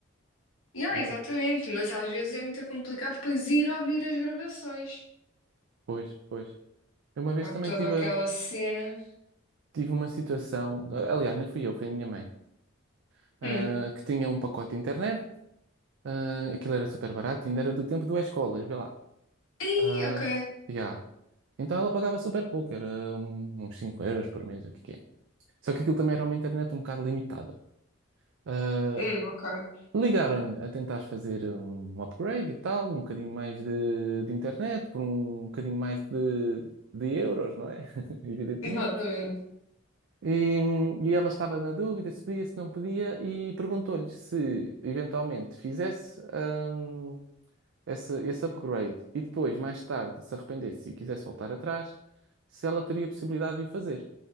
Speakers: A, on the left (about 80°); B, on the right (about 65°).
A: Yeah,
B: Eu,
A: exatamente, mas às vezes é muito complicado depois ir ouvir as gravações.
B: pois, pois. Eu uma vez
A: Há
B: também
A: toda
B: tive,
A: aquela
B: a-
A: cena.
B: tive uma situação, ah, aliás, nem fui eu, foi a minha mãe, ah,
A: Hum.
B: que tinha um pacote de internet, ah, aquilo era super barato, ainda era do tempo do escolas, vê lá.
A: Ei,
B: Ah,
A: ok.
B: yeah. Então ela pagava super pouco, era um- uns 5 euros por mês, o que que é. Só que aquilo também era uma internet um bocado limitada. Eh,
A: Hum, ok.
B: Ligaram-lhe a tentar fazer um upgrade e tal, um bocadinho mais de, de internet, por um bocadinho mais de, de euros, não é? <laughs> Evidentemente.
A: Exatamente.
B: E, e ela estava na dúvida se podia, se não podia, e perguntou-lhe se eventualmente fizesse hum, essa- esse upgrade e depois, mais tarde, se arrependesse e quisesse voltar atrás, se ela teria possibilidade de o fazer.